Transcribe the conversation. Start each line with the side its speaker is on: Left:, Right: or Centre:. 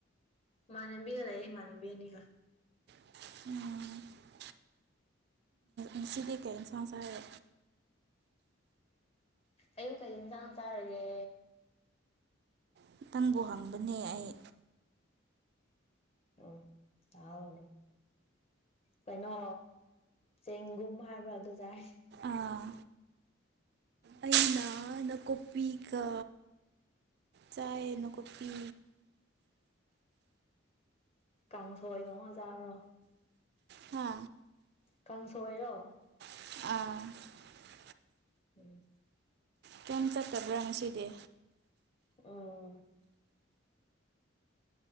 Left: ꯃꯥꯟꯅꯕꯤꯒ ꯂꯩꯌꯦ ꯏꯃꯥꯅꯕꯤ ꯑꯅꯤꯒ
Right: ꯑꯣ ꯉꯥꯁꯤꯗꯤ ꯀꯩ ꯏꯟꯁꯥꯡ ꯆꯥꯔꯦ
Left: ꯑꯌꯨꯛ ꯀꯩ ꯏꯟꯖꯥꯡ ꯆꯥꯔꯒꯦ
Right: ꯈꯤꯇꯪꯕꯨ ꯍꯪꯕꯅꯦ ꯑꯩ
Left: ꯎꯪ ꯑꯥꯎ ꯀꯩꯅꯣ ꯆꯦꯡꯒꯨꯝ ꯍꯥꯏꯕ꯭ꯔꯥ ꯑꯗꯨ ꯆꯥꯏ
Right: ꯑꯥ ꯑꯩꯅ ꯅꯥꯀꯨꯞꯄꯤꯒ ꯆꯥꯏ ꯅꯥꯀꯨꯞꯄꯤ
Left: ꯀꯥꯡꯁꯣꯏ ꯗꯣꯡꯉꯖꯥꯕ꯭ꯔꯣ
Right: ꯍꯥ
Left: ꯀꯥꯡꯁꯣꯏꯔꯣ
Right: ꯑ
Left: ꯎꯝ
Right: ꯀꯌꯝ ꯆꯠꯇꯕ꯭ꯔꯥ ꯉꯁꯤꯗꯤ
Left: ꯎꯝ